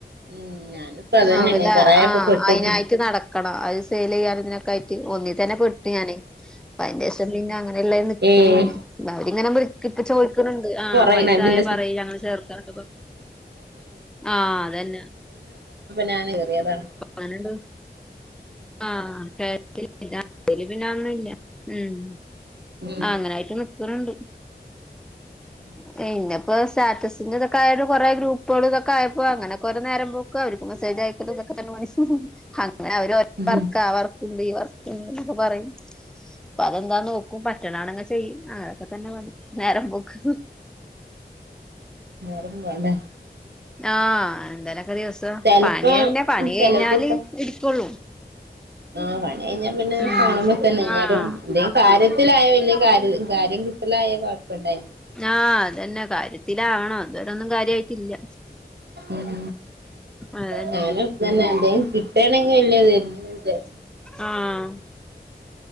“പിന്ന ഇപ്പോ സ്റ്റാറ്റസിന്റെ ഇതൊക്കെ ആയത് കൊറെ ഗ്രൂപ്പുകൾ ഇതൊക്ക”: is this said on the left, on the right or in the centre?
Centre